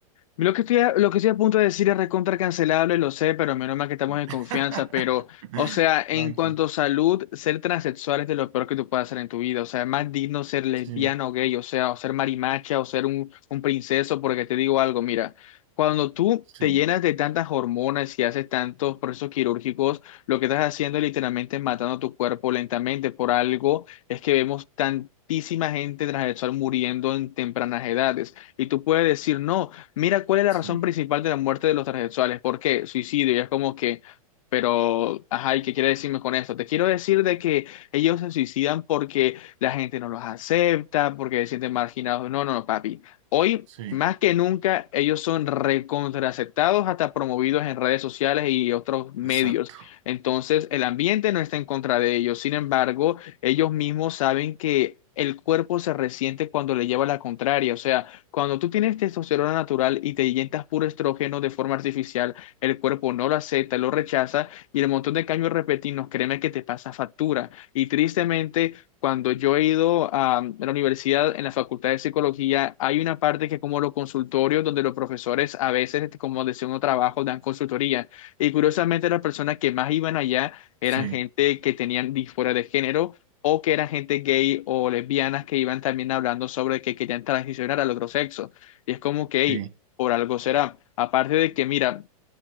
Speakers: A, on the left; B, on the right.
A: Lo que estoy a, lo que estoy a punto de decir es recontra cancelable, lo sé, pero menos mal que estamos en
B: <laughs>
A: confianza. Pero, o sea, en
B: Tranqui.
A: cuanto a salud, ser transexual es de lo peor que tú puedas hacer en tu vida. O sea, es más digno ser lesbiano
B: Sí,
A: o gay, o sea, o ser marimacha, o ser un, un princeso, porque te digo algo, mira, cuando tú
B: sí,
A: te llenas de tantas hormonas y haces tantos procesos quirúrgicos, lo que estás haciendo es literalmente matando tu cuerpo lentamente. Por algo es que vemos tantísima gente transexual muriendo en tempranas edades. Y tú puedes decir, no mira, ¿cuál es la
B: sí,
A: razón principal de la muerte de los transexuales? ¿Por qué? Suicidio. Y es como que, pero, ajá, ¿y qué quiere decirme con esto? Te quiero decir de que ellos se suicidan porque la gente no los acepta, porque se sienten marginados. No, no, no, papi. Hoy,
B: sí.
A: más que nunca, ellos son recontraaceptados, hasta promovidos en redes sociales y otros medios.
B: Exacto.
A: Entonces, el ambiente no está en contra de ellos. Sin embargo, ellos mismos saben que... El cuerpo se resiente cuando le lleva la contraria, o sea, cuando tú tienes testosterona natural y te inyectas puro estrógeno de forma artificial, el cuerpo no lo acepta, lo rechaza y el montón de cambios repentinos, créeme que te pasa factura. Y tristemente, cuando yo he ido a la universidad, en la facultad de psicología, hay una parte que es como los consultorios, donde los profesores a veces, este, como de segundo trabajo, dan consultoría. Y curiosamente, las personas que más iban allá eran
B: Sí,
A: gente que tenían disforia de género o que eran gente gay o lesbianas que iban también hablando sobre que querían transicionar al otro sexo. Y es como que, hey,
B: sí,
A: por algo será. Aparte de que, mira,